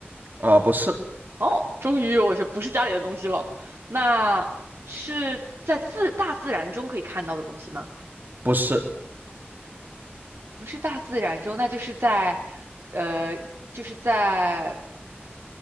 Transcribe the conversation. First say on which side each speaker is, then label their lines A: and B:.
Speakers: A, on the right; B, on the right.
A: 啊、不是，
B: 哦，终于我就不是家里的东西了，那是在自大自然中可以看到的东西吗？
A: 不是，
B: 不是大自然中，那就是在，呃，就是在。